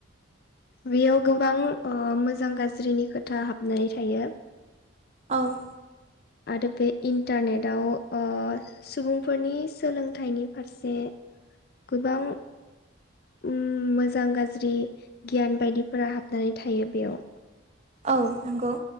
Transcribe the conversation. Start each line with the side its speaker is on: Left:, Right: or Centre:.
Left: बेयाव गोबां ओ मोजां गाज्रिनि खोथा हाबनानै थायो
Right: औ
Left: आरो बे इन्टारनेटाव ओ सुबुंफोरनि सोलोंथाइनि फारसे गोबां ओ मोजां गाज्रि गियान बायदिफोरा हाबनानै थायो बेयाव
Right: औ नंगौ